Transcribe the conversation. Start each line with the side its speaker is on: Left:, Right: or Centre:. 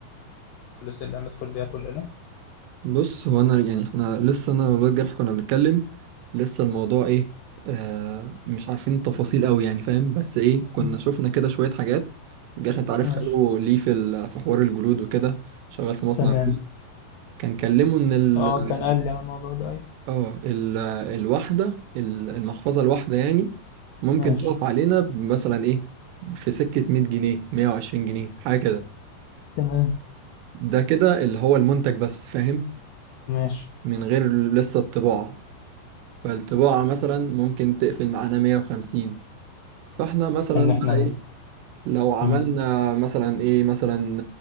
Left: الفلوس اللي هندخل بيها كلنا
Right: بص هو انا يعني احنا لسه انا والواد جرح كنا بنتكلم لسه الموضوع ايه آه مش عارفين التفاصيل قوي يعني فاهم بس ايه كنا
Left: أمم،
Right: شفنا كده شويه حاجات جرح انت عارف
Left: ماشي
Right: خاله ليه في ال... في حوار الجلود وكده شغال في مصنع
Left: تمام
Right: جلود. كان كلمه ان ال...
Left: اه كان قال لي على الموضوع ده اي
Right: اه ال- الواحدة ال- المحفظة الواحدة يعني ممكن
Left: ماشي
Right: تقف علينا مثلا ايه في سكة 100 جنيه 120 جنيه حاجة كده
Left: تمام
Right: ده كده اللي هو المنتج بس فاهم
Left: ماشي
Right: من غير لسه الطباعة فالطباعة مثلا ممكن تقفل معانا 150 فاحنا مثلا
Left: ان احنا
Right: بقى
Left: نت-
Right: ايه لو عملنا
Left: أمم،
Right: مثلا ايه مثلا